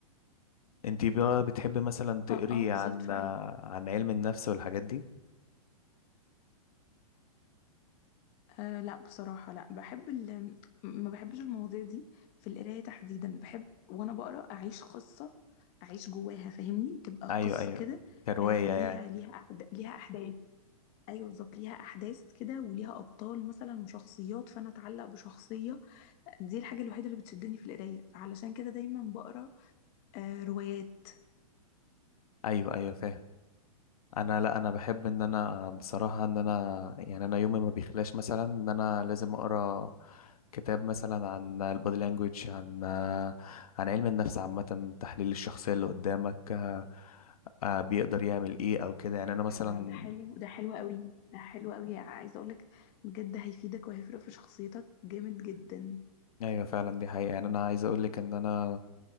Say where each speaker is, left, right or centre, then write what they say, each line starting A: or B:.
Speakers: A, on the left (about 75°); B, on the left (about 30°).
A: انتي بقى بتحبي مثلا تقري
B: اه اه بالظبط
A: عن
B: فعلا
A: آه، عن علم النفس والحاجات دي
B: أه لا بصراحة لا بحب ال... ما بحبش المواضيع دي في القراية تحديدا بحب وأنا بقرأ أعيش قصة أعيش جواها فاهمني تبقى
A: أيوة
B: قصة
A: أيوة
B: كده
A: كرواية
B: أه ليها
A: يعني
B: ليها أحد... ليها أحداث أيوة بالظبط ليها أحداث كده وليها أبطال مثلا وشخصيات فأنا أتعلق بشخصية دي الحاجة الوحيدة اللي بتشدني في القراية فعلشان كده دايما بقرأ أه روايات
A: أيوة أيوة فاهم انا لا انا بحب ان انا بصراحه ان انا يعني انا يومي ما بيخلاش مثلا ان انا لازم اقرا كتاب مثلا عن البودي لانجويج عن عن علم النفس عامه تحليل الشخصيه اللي قدامك آه، آه، بيقدر يعمل ايه او كده يعني انا مثلا
B: آه، ده حلو ده حلو قوي ده حلو قوي عايزة أقولك بجد هيفيدك وهيفرق في شخصيتك جامد جدا
A: ايوه فعلا دي حقيقه يعني انا عايز اقول لك ان انا